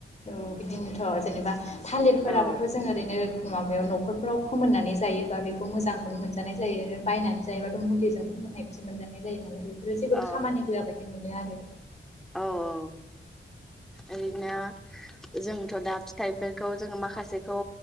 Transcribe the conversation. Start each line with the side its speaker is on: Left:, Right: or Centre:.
Left: औ बिदिनोथ' जेनेबा थालिरफोराबोथ'
Centre: औ
Left: जों ओरैनो माबायाव न'खर फ्राव फोमोननानै जायोबा बे खौ मोजांखौनो मोनजानाय जायो। बायनानै जायोबा मुलिजों फोमोननायखौसो मोनजानाय जायो नालाय बेफोरो जेबो
Centre: औ
Left: खामानि होआ बायदि मोनो आरो
Centre: औ औ। ओरैनो जोंथ' दा फिथाइफोरखौ जोङो माखासेखौ